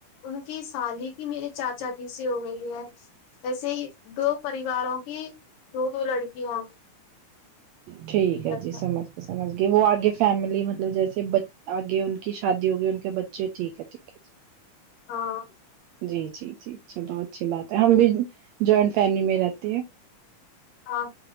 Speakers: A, on the left (about 80°); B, on the right (about 80°).
A: ان کی سالی کی میرے چاچا جی سے ہو گئی ہے ویسے ہی دو پریواروں کی دو دو لڑکیاں
B: ٹھیک ہے
A: ہیں۔
B: جی سمجھ گے سمجھ گئے وہ آگے فیملی مطلب جیسے بچ آگے ان کی شادی ہو گئی ان کے بچے ٹھیک ہے ٹھیک ہے
A: ہاں
B: جی جی جی چلو اچھی بات ہے ہم بھی جوائنٹ فیملی میں رہتے ہیں
A: ہاں